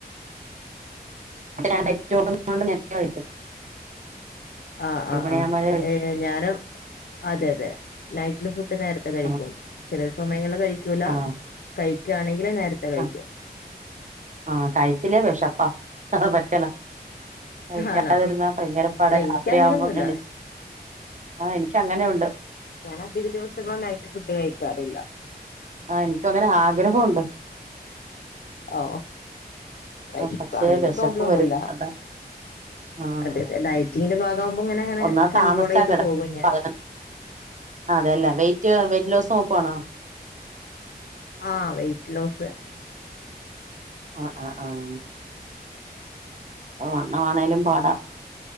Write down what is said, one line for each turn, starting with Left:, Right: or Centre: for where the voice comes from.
Right: ന്നോണ്ട് നേരത്തെ കഴിക്കും
Left: ആഹ് ആഹ്
Right: ഏഴ് മണിയാകുമ്പോഴേ
Left: ആഹ്
Right: കഴിക്കും
Left: ഏ ഞാനും അതെ അതെ നൈറ്റില് ഫുഡ് നേര് കഴിക്കും
Right: ആ
Left: ചെല സമയങ്ങളില് കഴിക്കൂല
Right: ആ ആ
Left: കഴിക്കാണെങ്കില് നേര്ത്തെ കഴിക്കും.
Right: ആ ആഹ് കഴിച്ചില്ലേ വെഷപ്പാ പറ്റല. കഴിക്കാതിരുന്ന
Left: ആണോ
Right: പൈങ്കരപ്പാട
Left: അല്ല
Right: രാത്രിയാവുമ്പോം
Left: എനിക്ക് അങ്ങനൊന്നുല്ല
Right: ആ എനിക്ക് അങ്ങനെ ഒണ്ട്.
Left: ഞാൻ അധിക ദിവസങ്ങളും നൈറ്റ് ഫുഡ് കഴിക്കാറില്ല.
Right: ആ എനിക്കുംഅങ്ങനെ ആഗ്രഹമുണ്ട്.
Left: ഓഹ് വെശപ്പ്
Right: പക്ഷെ
Left: അങ്ങനത്തെ
Right: വെശപ്പ്
Left: പ്രോബ്ലം ഒന്നുല്ല
Right: വെരും അതാ. ആഹ്
Left: അതെ അതെ ഡയറ്റിങ്ങിന്റെ ഭാഗമാകുമ്പോ ഇങ്ങനെ അങ്ങനെ
Right: ഒന്നാമത്
Left: കൺട്രോൾ
Right: താമസിച്ചാ
Left: ചെയ്ത്
Right: കെടക്കണ
Left: പോകും ഞാൻ
Right: പതിനൊ അതെ അല്ലേ വെയിറ്റ് വെയിറ്റ് ലോസ് നോക്കുവാണോ.
Left: ആഹ് വെയ്റ്റ്ലോസ്.
Right: ആ ആ ആഹ്. അ വണ്ണവാണേലും പാടാ